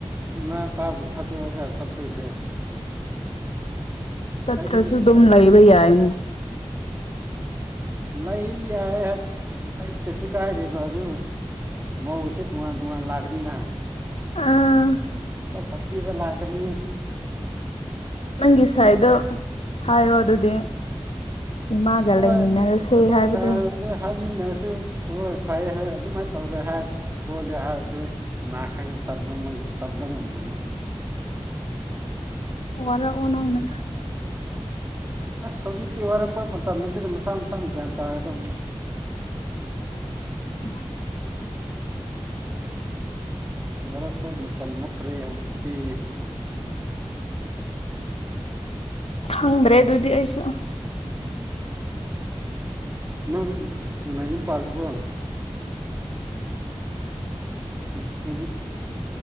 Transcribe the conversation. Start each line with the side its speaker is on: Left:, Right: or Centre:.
Right: ꯏꯃꯥ ꯏꯄꯥꯕꯨ ꯊꯥꯗꯣꯛꯑꯒ ꯆꯠꯇꯣꯏꯁꯦ
Left: ꯆꯠꯇ꯭ꯔꯁꯨ
Right: ꯑꯩꯗꯤ
Left: ꯑꯗꯨꯝ ꯂꯩꯕ ꯌꯥꯏꯅꯦ
Right: ꯂꯩ ꯌꯥꯏ ꯑꯩ ꯀꯩꯁꯨ ꯀꯥꯏꯗꯦꯕ ꯑꯗꯨ ꯃꯧ ꯁꯦ ꯇꯨꯉꯥꯟ ꯇꯨꯉꯥꯟ ꯂꯥꯛꯀꯅꯤꯅ
Left: ꯑꯥ
Right: ꯈꯔ ꯁꯥꯊꯤꯕ ꯂꯥꯛꯀꯅꯤ
Left: ꯅꯪꯒꯤ ꯁꯥꯏꯗꯣ
Right: ꯈꯔ
Left: ꯍꯥꯏꯔꯣ ꯑꯗꯨꯗꯤ ꯏꯃꯥꯒ
Right: ꯍꯣꯏ
Left: ꯂꯩꯃꯤꯟꯅꯔꯁꯦ
Right: ꯑꯈꯣꯏ
Left: ꯍꯥꯏꯕꯗꯣ
Right: ꯁꯥꯏꯕꯨꯗꯤ ꯍꯥꯏꯃꯤꯟꯅꯔꯁꯨ ꯍꯣꯏ ꯐꯩ ꯍꯥꯏꯔ ꯑꯗꯨꯃꯥꯏꯅ ꯇꯧꯔꯦ ꯍꯥꯏꯔꯗꯤ ꯈꯣꯠꯂꯦ ꯍꯥꯏꯔꯁꯨ ꯀꯅꯥ ꯈꯪ ꯇꯝꯕ ꯇꯝꯕ ꯉꯝꯗꯅ
Left: ꯋꯥꯔꯛꯑꯣ ꯅꯪꯅ
Right: ꯑꯁ ꯍꯧꯖꯤꯛꯇꯤ ꯋꯥꯔꯛꯄ ꯃꯇꯝ ꯅꯠꯇꯦꯗ ꯃꯁꯥ ꯃꯁꯥꯅ ꯒ꯭ꯌꯥꯟ ꯇꯥꯒꯗꯕꯅꯤ
Left: ꯎꯝ <unintelligible>
Right: ꯋꯥꯔꯛꯄ ꯃꯇꯝ ꯅꯠꯇ꯭ꯔꯦ ꯍꯧꯖꯤꯛꯇꯤ
Left: ꯈꯪꯗ꯭ꯔꯦ ꯑꯗꯨꯗꯤ ꯑꯩꯁꯨ
Right: ꯅꯪꯁꯨ ꯊꯨꯅ ꯌꯨꯝ ꯄꯥꯜꯂꯨꯀꯣ ꯎꯝ ꯍꯧꯖꯤꯛ